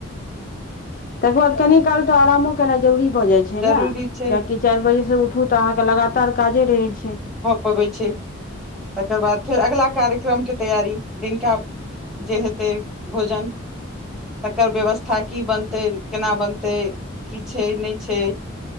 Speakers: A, on the left; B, in the centre.
A: तकर बाद कनि काल तऽ आरामो केनाइ जरूरी भऽ जाइ छै
B: जरूरी
A: ने
B: छै
A: कियाकि चारि बजेसँ उठू तऽ अहाँके लगातार काजे रहै छै
B: अबै छै तकर बाद फेर अगिला कार्यक्रम के तैयारी दिनका जे हेतै भोजन तकर व्यवस्था की बनतै केना बनतै की छै नै छै